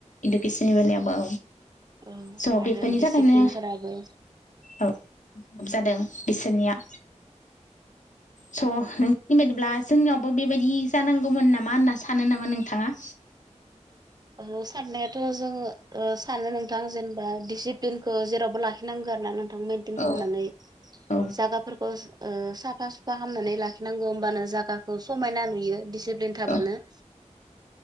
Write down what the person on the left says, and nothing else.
इडुकेसननि बेलायावबो
स' बेफोरनि
थाखायनो औ गो जादों बिसोरनिया
स' नोंनि बायदिब्ला जोंनियावबो बेबायदि जानांगौमोन नामा होनना सानो नामा नोंथाङा
औ औ
औ